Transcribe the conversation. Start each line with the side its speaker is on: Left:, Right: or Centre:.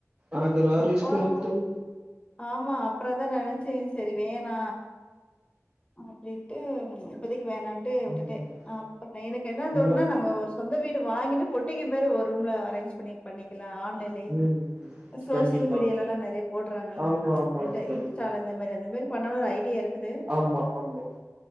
Right: அதெல்லா
Left: அப்புறம்
Right: ரிஸ்க் எ தோளி
Left: ஆமா அப்புறதா நெனைச்சே செரி வேணா அப்டிண்டு இப்போதைக்கு வேணான்டு விட்டுட்டே
Right: ம்
Left: அப்ப எனக்கு என்ன தோணுனா
Right: ம்
Left: நாங்க ஒரு சொந்த புது வீடு வாங்கிட்டு பொட்டிக்கு மாரி ஒரு ரூம்ல அரேஞ்ச் பண்ணி பண்ணிக்கல லா ஆன்லைன்லயே
Right: ம்
Left: சோசியல்
Right: கண்டிப்பா
Left: மீடியாலல்லா நெறைய ட்றாங்கல்ல
Right: ஆமா ஆமாங்க
Left: இந்த
Right: தோழி
Left: இன்ஸ்டால இந்த மாரி அந்த மாரி பண்ணனுன்னு ஒரு ஐடியா இருக்குது
Right: ஆமா ஆமா